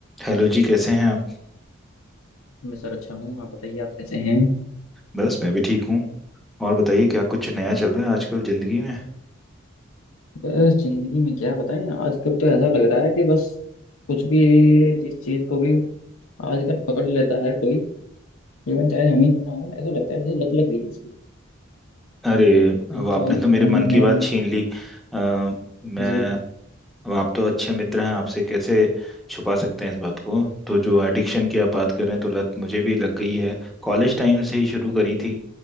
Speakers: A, in the centre; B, on the left.
A: Hello जी कैसे हैं आप
B: मैं सर अच्छा हूँ आप बताइए आप कैसे हैं
A: बस मैं भी ठीक हूँ और बताइए क्या कुछ नया चल रहा है आजकल ज़िंदगी में
B: बस जिंदगी में क्या बताएं आजकल तो ऐसा लग रहा है कि बस कुछ भी जिस चीज को भी आजकल पकड़ लेता है कोई इवन चाहे हम ही क्यों ना हो ऐसा लगता है जैसे लत लग गई है इसकी
A: अरे अब
B: अभी
A: आपने
B: चाहे फोन
A: तो मेरे मन की
B: है
A: बात छीन ली अ, मैं
B: जी
A: अब आप तो अच्छे मित्र हैं आपसे कैसे छुपा सकते हैं इस बात को तो जो एडिक्शन की आप बात कर रहे हैं तो लत मुझे भी लग गई है कॉलेज टाइम से ही शुरू करी थी